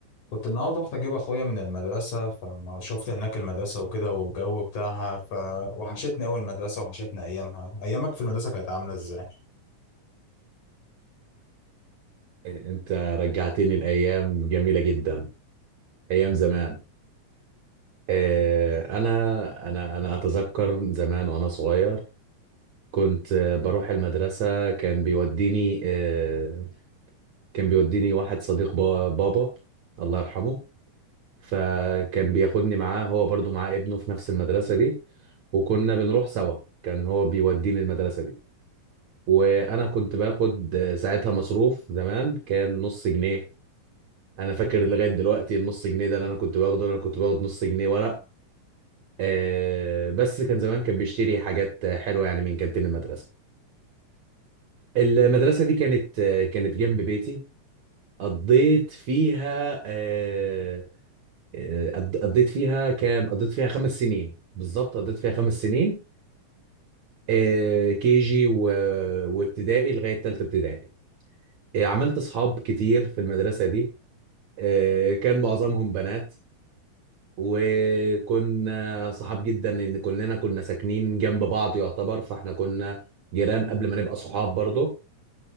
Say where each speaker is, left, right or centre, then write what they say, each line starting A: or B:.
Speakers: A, on the left; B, on the right.
A: كنت النهارده رحت اجيب اخويا من المدرسه فما شفت هناك المدرسه وكده والجو بتاعها فوحشتني قوي المدرسه وحشتني ايامها ايامك في المدرسه كانت عامله ازاي
B: انت رجعتني لايام جميله جدا ايام زمان آه، انا انا انا اتذكر زمان وانا صغير كنت آه، بروح المدرسه كان بيوديني آه، كان بيوديني واحد صديق با- بابا الله يرحمه فكان بياخدني معاه هو برضو معاه ابنه في نفس المدرسه دي وكنا بنروح سوا كان هو بيوديني المدرسه دي وانا كنت باخد آه، ساعتها مصروف زمان كان نص جنيه انا فاكر لغايه دلوقتي النص جنيه ده اللي انا كنت باخده انا كنت باخد نص جنيه ورق آه بس كان زمان كان بيشتري حاجات حلوه يعني من كانتين المدرسه المدرسه دي كانت آه، كانت جنب بيتي قضيت فيها آه آه، قض- قضيت فيها كام قضيت فيها خمس سنين بالظبط قضيت فيها خمس سنين آه كي جي و... وابتدائي لغايه ثالثه ابتدائي آه، عملت اصحاب كتير في المدرسه دي آه، كان معظمهم بنات وكنا صحاب جدا لان كلنا كنا ساكنين جنب بعض يعتبر فاحنا كنا جيران قبل ما نبقى صحاب برضه